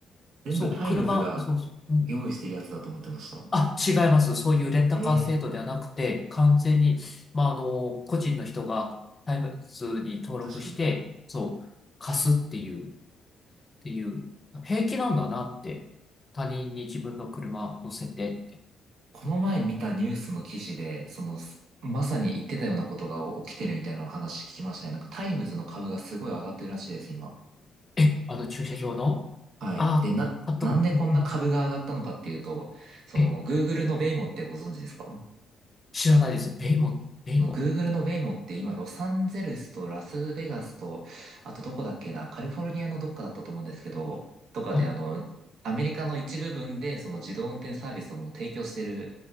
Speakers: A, on the right; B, on the left.
A: 全部タイムズが
B: そう、車、そうそう、うん。
A: 用意してるやつだと思ってました。
B: あ、違います。そういうレンタカー制度ではなくて、
A: ええ
B: 完全に、まあ、あの、個人の人がタイムズに登録して、
A: 確かに。
B: そう、貸すっていう、っていう、平気なんだなって。他人に自分の車乗せてって。
A: この前見たニュースの記事で、その、すまさに言ってたようなことが起きてるみたいな話聞きましたね。なんかタイムズの株がすごい上がってるらしいです、今。
B: え、あの駐車場のあ、
A: はい。で、な、
B: 買っうんうん、
A: なんでこんな株が上がったのかっていうと、その、
B: え、
A: Google のベイモってご存知ですか
B: 知らないです。ベイも、ベイも。
A: の Google の Waymo って今、ロサンゼルスとラスベガスと、あとどこだっけな、カリフォルニアのどっかだったと思うんですけど、とかであの、
B: はい。
A: アメリカの一部分でその自動運転サービスをもう提供してる